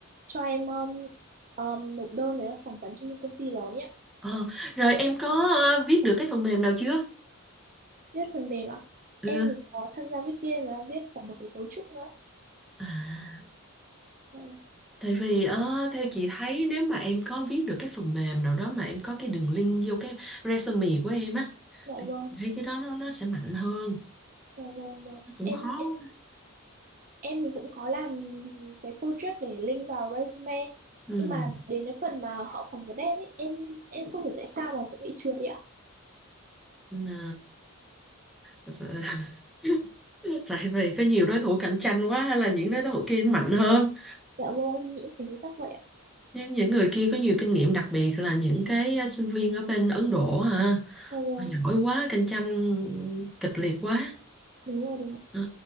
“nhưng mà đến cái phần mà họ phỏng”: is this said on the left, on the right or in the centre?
Right